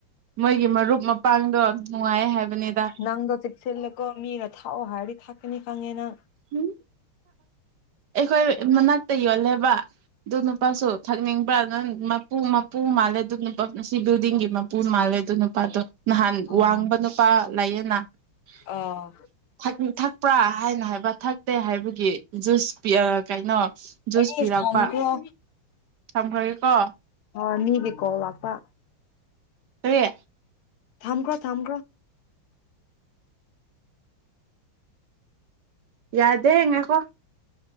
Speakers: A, on the right; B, on the left.
A: ꯃꯣꯏꯒꯤ ꯃꯔꯨꯞ ꯃꯄꯥꯡꯗꯣ ꯅꯨꯡꯉꯥꯏ ꯍꯥꯏꯕꯅꯤꯗ
B: ꯅꯪꯗ ꯆꯁꯜꯂ ꯀꯣ ꯃꯤꯅ ꯊꯥꯎꯑꯣ ꯍꯥꯥꯔꯤ ꯊꯥꯅꯤ ꯈꯥꯉꯦꯅꯥ
A: ꯎꯝ ꯑꯩꯈꯣꯏ ꯃꯅꯥꯛꯇ ꯌꯣꯜꯂꯦꯕ ꯑꯗꯨ ꯅꯨꯄꯥꯁꯨ ꯊꯛꯅꯤꯡꯕ꯭ꯔ ꯑꯗꯨꯪ ꯃꯄꯨ ꯄꯨ ꯃꯥꯜꯂꯦ ꯑꯗꯨ ꯅꯨꯄꯥ ꯃꯁꯤ ꯕꯤꯜꯗꯤꯡꯒꯤ ꯃꯄꯨ ꯃꯥꯜꯂꯦ ꯑꯗꯨ ꯅꯨꯄꯥꯗꯣ ꯅꯍꯥꯟ
B: ꯑꯥ
A: ꯋꯥꯡꯕ ꯅꯨꯄꯥ ꯂꯩꯌꯦꯅꯥ ꯊꯛꯄꯤ
B: ꯑꯥ
A: ꯊꯛꯄ꯭ꯔꯥ ꯍꯥꯏꯅ ꯍꯥꯏꯕ ꯊꯛꯇꯦ ꯍꯥꯏꯕꯒꯤ ꯖꯨꯁ ꯄꯤꯌꯔ ꯀꯩꯅꯣ ꯖꯨꯁ
B: ꯑꯁ
A: ꯄꯤꯔꯛꯄ
B: ꯊꯝꯈ꯭ꯔꯣ
A: ꯊꯝꯈ꯭ꯔꯒꯦꯀꯣ
B: ꯍꯣꯏ ꯃꯤꯒꯤ ꯀꯣꯜ ꯂꯥꯛ ꯄꯥ
A: ꯍ
B: ꯊꯝꯈ꯭ꯔꯣ ꯊꯝꯈ꯭ꯔꯣ
A: ꯌꯥꯗꯦ ꯍꯉꯀꯣ